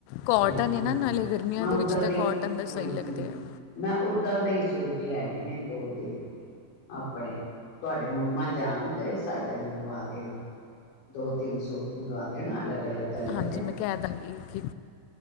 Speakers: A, on the left; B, on the left.
A: ਕਾਟਨ
B: ਨਹੀਂ
A: ਹੈ
B: ਹਾਂ
A: ਨਾ ਨਾਲੇ ਗਰਮੀਆਂ
B: ਮੈਂ ਉੱਦਾਂ
A: ਵਿੱਚ
B: ਦੇ
A: ਤਾਂ ਕਾਟਨ ਦਾ
B: ਹਾਂਜੀ
A: ਸਹੀ ਲੱਗਦੇ ਆ
B: ਮੈਂ ਉਓਦਾਂ ਦੇ ਹੀ ਸੂਟ ਲੈਣੇ ਨੇ ਦੋ ਤਿੰਨ ਆਪਣੇ ਤੁਹਾਡੇ ਮੰਮਾ ਜਾਣ ਤੇ ਸਾਡੇ ਮੰਗਵਾ ਦੇਣਾ ਦੋ ਤਿੰਨ ਸੂਟ ਮੰਗਵਾਉਂਦੇ ਨਾ ਅਲੱਗ ਅਲੱਗ ਕਲਰ
A: ਹਾਂਜੀ
B: ਦੇ
A: ਮੈਂ ਕਹਿ ਦਾਂਗੀ ਕਿ